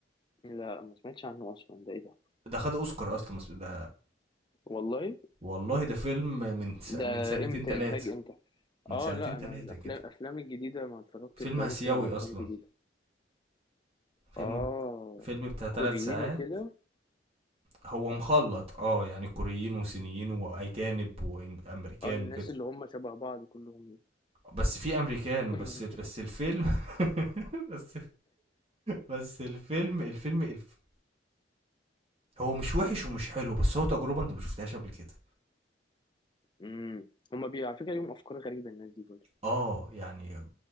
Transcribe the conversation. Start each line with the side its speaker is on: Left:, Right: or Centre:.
Left: لا ما سمعتش عنه اصلا ده ايه ده
Right: ده خد اوسكار اصلا بس ده
Left: والله
Right: والله ده فيلم من س...
Left: ده
Right: من سنتين
Left: امتى
Right: تلاتة
Left: انتاج امتى
Right: من
Left: اه
Right: سنتين
Left: لا
Right: تلاتة
Left: انا الافلام
Right: كده
Left: الافلام الجديده ما اتفرجتش
Right: فيلم
Left: بقالي
Right: اسيوي
Left: كتير على افلام
Right: اصلا
Left: جديده
Right: فيلم
Left: اه
Right: فيلم بتاع تلات
Left: كوريين
Right: ساعات
Left: وكده
Right: هو مخلط اه يعني كوريين وصينيين واجانب وامريكان
Left: اه الناس
Right: وكده
Left: اللي هم شبه بعض كلهم
Right: بس في امريكان
Left: <laughs>
Right: بس بس الفيلم <laughs> بس بس الفيلم الفيلم الف... هو مش وحش ومش حلو بس هو تجربه انت ما شفتهاش قبل كده
Left: امم هم بي على فكره ليهم افكار غريبه الناس دي برضه
Right: اه يعني